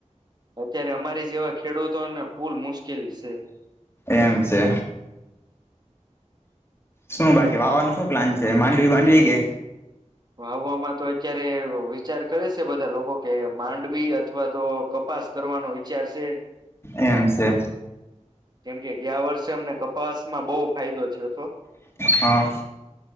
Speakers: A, on the right; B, on the left.
A: અત્યારે અમારી જેવા ખેડૂતોને પુલ મુશ્કેલ છે.
B: એમ છે. શું બાકી વાવા નું શું પ્લાન છે માંડવી બાંડવી કે?
A: ભાવવામાં તો અત્યારે વિચાર કરે સે બધા લોકો કે માંડવી અથવા તો કપાસ તરફ કરવાનો વિચાર છે
B: એમ સે.
A: કેમકે ગયા વર્ષે અમને કપાસમાં બહુ ફાયદો થયો હતો.
B: હા